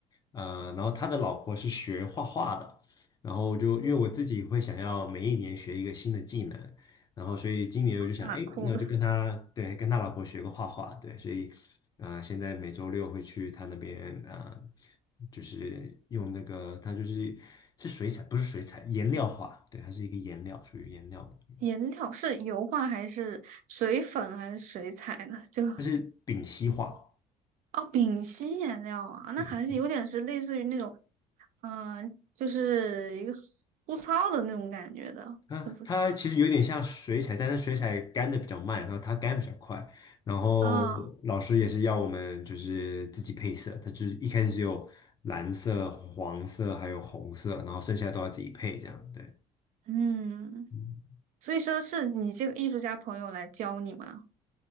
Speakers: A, on the left; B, on the right.
A: 呃，然后他的老婆是学画画的，然后就因为我自己会想要每一年学一个新的技能。然后所以今年我就想，
B: 还蛮酷的。
A: 哎，那我就跟他对跟他老婆学个画画，对，所以啊、呃现在每周六会去他那边啊、呃就是用那个他就是是水彩，不是水彩，颜料画，对，它是一个颜料，属于颜料的，
B: 颜料是油画还是水粉还是水彩呢？<laughs> 就
A: 它是丙烯画。
B: 哦，丙烯颜料啊，那还是有点是类似于那种，
A: 对。
B: 嗯、就是一个粗糙的那种感觉的，
A: 它它其实有点像水彩，
B: 是不是？
A: 但是水彩干的比较慢，然后它干比较快。然后老师也是要我们就是自己配色，
B: 啊、
A: 他就是一开始只有蓝色、黄色还有红色，然后剩下都要自己配这样。对，
B: 嗯，
A: 嗯，
B: 所以说是你这个艺术家朋友来教你吗？